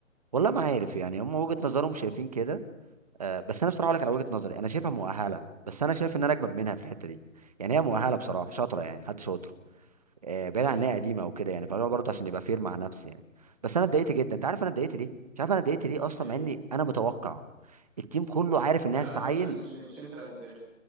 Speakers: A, on the right (about 30°); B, in the centre.
A: والله ما عارف يعني هم وجهه نظرهم شايفين كده آه، بس انا بصراحه اقول لك على وجهه نظري انا شايفها مؤهله بس
B: قول
A: انا شايف ان انا اجمد منها في الحته دي يعني هي مؤهله بصراحه شاطره
B: امم
A: يعني حد شاطر آه، بعيد
B: امم
A: عن ان هي قديمه او كده يعني فاللي هو برضه عشان يبقى فير مع نفسي يعني بس انا اتضايقت جدا انت عارف انا اتضايقت ليه مش عارف انا اتضايقت ليه اصلا
B: ليه
A: مع اني انا متوقع التيم كله عارف انها
B: انت عارف
A: تتعين
B: اصلا ان مش مش انت اللي هتتاخد